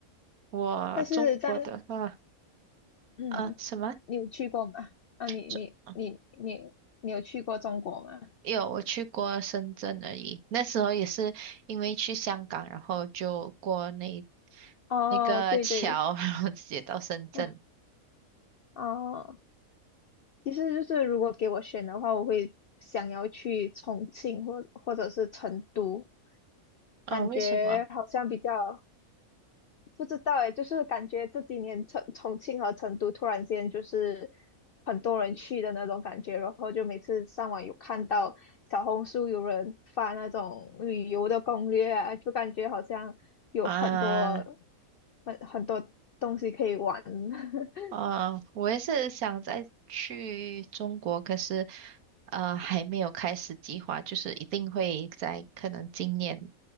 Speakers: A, on the right (about 85°); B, on the left (about 70°).
A: 我中国的话，
B: 但是在嗯，
A: 啊，什么？
B: 你有去过吗？啊，你你你你你有去过中国吗？
A: 中哦有，我去过深圳而已。那时候也是因为去香港，然后就过那
B: 哦，
A: 那个桥，
B: 对对，
A: 然后直接到深圳。
B: <laughs> 哦。其实就是如果给我选的话，我会想要去重庆或或者是成都，
A: 哦，
B: 感觉好像比较
A: 为什么？
B: 不知道诶，就是感觉这几年重重庆和成都突然间就是很多人去的那种感觉，然后就每次上网有看到小红书有人发那种旅游的攻略啊，就感觉好像有很多
A: 啊，
B: 很很多东西可以玩，<laughs>
A: 哦，我也是想再去中国，可是呃还没有开始计划，就是一定会在可能今年